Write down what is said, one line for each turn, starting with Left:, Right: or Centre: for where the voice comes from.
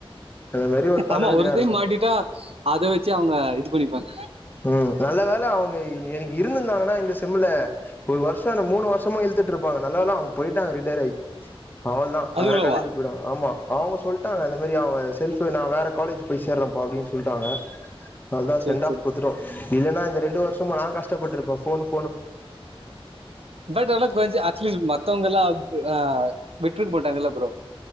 Left: அந்த மாரி ஒரு தலவலியா
Right: ஆமா ஒருத்தையும்
Left: இருக்கு
Right: மாட்டிட்டா அதை வச்சு அவங்க இது பண்ணிப்பாங்க
Left: ம் நல்ல வேலை அவங்க எனக்கு இருந்திருந்தாங்கன்னா இந்தங்க செம்ல ஒரு வருஷம் மூணு வருஷமா இழுத்துட்டு இருப்பாங்க நல்ல வேலை அவங்க போயிட்டாங்க ரிட்டையர் ஆகி அவளதான்
Right: அதுக்குள்ளவா
Left: வேற காலேஜ் போயிடுவாங்க ஆமா அவங்க சொல்லிட்டு இந்த மாதிரி அவங்க செல்ப்பு நான் வேற காலேஜ் போய் சேர்றேன்ப்பா அப்படின்னு சொல்லிட்டாங்க அதனதான்
Right: சரி
Left: செண்ட் ஆஃப்
Right: சரி
Left: கொடுத்டுதோம் இலைன்னா இந்த ரெண் வருஷமா நான் கஷ்டப்பட்ருப்பேன் போன்
Right: பட் ஆனா கொஞ்சம் அட்லீஸ்ட் மத்தவங்க எல்லாம் ஆஹ் விட்டுட்டுரு போட்டாங்கல்ல ப்ரோ